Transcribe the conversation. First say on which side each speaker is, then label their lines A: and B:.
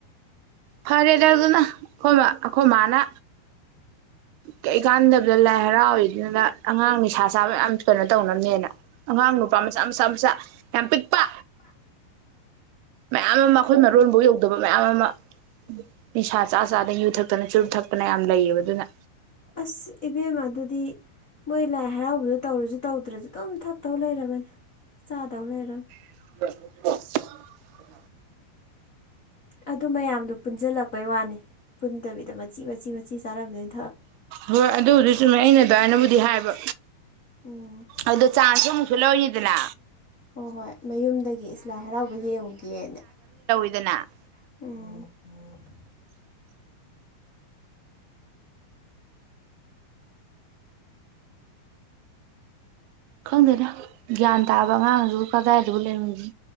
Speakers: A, on the right; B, on the left.
A: ꯐꯔꯦꯗ ꯑꯗꯨꯅ ꯑꯩꯈꯣꯏ ꯑꯩꯈꯣꯏ ꯃꯥꯅ
B: <inaudible>
A: ꯀꯩꯀꯥꯟꯗꯕꯗ ꯂꯥꯏ ꯍꯔꯥꯎꯔꯤꯗꯨꯅ ꯑꯉꯥꯡ ꯅꯤꯁꯥ ꯁꯥꯕ ꯌꯥꯝ ꯀꯩꯅꯣ ꯇꯧꯅꯕꯅꯦꯅ ꯑꯉꯥꯡ ꯅꯨꯄꯥ ꯃꯆꯥ ꯃꯆꯥ ꯃꯆꯥ ꯌꯥꯝ ꯄꯤꯛꯄ
B: <inaudible>
A: ꯃꯌꯥꯝ ꯑꯃ ꯑꯩꯈꯣꯏ ꯃꯔꯣꯟꯐꯧ ꯌꯧꯗꯕ ꯃꯌꯥꯝ ꯑꯃ ꯅꯤꯁꯥ ꯆꯥ ꯆꯥꯗꯅ ꯌꯨ ꯊꯛꯇꯅ ꯆꯨꯔꯨꯞ ꯊꯛꯇꯅ ꯌꯥꯝ ꯂꯩꯌꯦꯕ ꯑꯗꯨꯅ
B: ꯑꯁ ꯏꯕꯦꯝ ꯑꯗꯨꯗꯤ ꯃꯣꯏ ꯂꯥꯏ ꯍꯔꯥꯎꯕꯗꯣ ꯇꯧꯔꯁꯨ ꯇꯧꯗ꯭ꯔꯁꯨ ꯑꯗꯨꯝ ꯊꯛꯇꯧ ꯂꯩꯔꯕꯅꯤ ꯆꯥꯗꯧ ꯂꯩꯔꯕ
A: ꯑ
B: ꯑꯗꯨ ꯃꯌꯥꯝꯗꯨ ꯄꯨꯟꯁꯤꯜꯂꯛꯄꯩ ꯋꯥꯅꯤ ꯄꯨꯟꯗꯕꯤꯗ ꯃꯆꯤ ꯃꯆꯤ ꯃꯆꯤ ꯆꯥꯔꯝꯗꯣꯏ
A: ꯍꯣꯏ ꯑꯗꯨꯕꯨꯗꯨ ꯆꯨꯝꯃꯦ ꯑꯩꯅ ꯑꯗꯨꯃꯏꯅꯕꯨꯗꯤ ꯍꯥꯏꯕ
B: ꯎꯝ
A: ꯑꯗꯨꯗꯣ ꯆꯥꯡꯁꯨ ꯑꯃꯨꯛꯁꯨ ꯂꯧꯅꯤꯗꯅ
B: ꯍꯣꯏ ꯍꯣꯏ ꯃꯌꯨꯝꯗꯒꯤ ꯏꯁꯂꯥꯏ ꯍꯔꯥꯎꯕ ꯌꯦꯡꯉꯨꯒꯦꯅ
A: ꯑꯗꯨꯗꯅ
B: ꯑꯦ
A: ꯈꯪꯗꯦꯅ ꯒ꯭ꯌꯥꯟ ꯇꯥꯕ ꯑꯉꯥꯡꯁꯨꯕꯨ ꯀꯗꯥꯏꯗꯨꯕꯨ ꯂꯩꯃꯤꯒꯦ